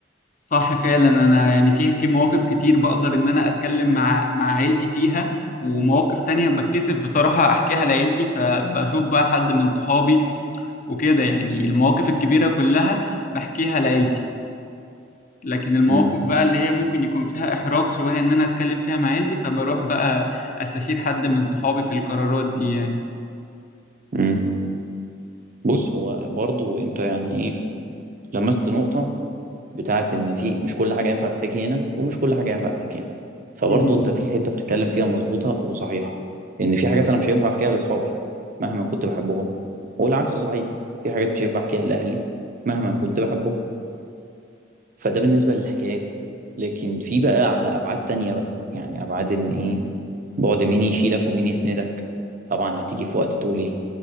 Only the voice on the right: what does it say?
امم
امم بص هو برضو انت يعني ايه لمست نقطة بتاعت ان في مش كل حاجة ينفع تحكي هنا ومش كل حاجة ينفع تحكي هنا فبرضو
انت في حتة بتتكلم فيها مظبوطة وصحيحة ان في حاجات انا مش هينفع احكيها لاصحابي مهما كنت بحبهم والعكس صحيح في حاجات مش هينفع احكيها لاهلي مهما كنت بحبهم فده بالنسبة للحكايات لكن في بقى على ابعاد تانية بقى يعني ابعاد ان ايه بعد مين يشيلك ومين يسندك طبعا هتيجي في وقت تقول ايه